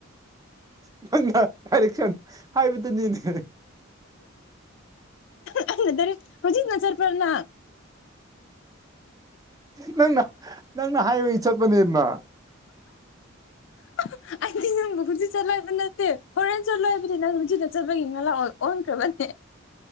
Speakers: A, on the right; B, on the left.
A: ꯪ ꯅꯪꯅ ꯗꯥꯏꯔꯛ ꯀꯟ ꯍꯥꯏꯕꯗꯨꯅꯤꯅꯦ
B: ꯅꯪꯅ ꯗꯥꯏꯔꯦꯛ ꯍꯧꯖꯤꯛꯅ ꯆꯠꯄꯔ ꯅꯪ
A: ꯅꯪꯅ ꯅꯪꯅ ꯍꯥꯏꯕꯒꯤ ꯆꯠꯄꯅꯦꯃ
B: <inaudible> ꯑꯩꯗꯤ ꯅꯪꯕꯨ ꯍꯧꯖꯤꯛ ꯆꯠꯂꯣ ꯍꯥꯏꯕ ꯅꯠꯇꯦ ꯍꯣꯔꯦꯟ ꯆꯠꯂꯣꯏ ꯍꯥꯏꯕꯗꯤ ꯅꯪ ꯍꯧꯖꯤꯛꯅ ꯆꯠꯂꯒꯤ ꯅꯥꯂꯥ ꯑꯣꯟꯈ꯭꯭ꯔꯕꯅꯦ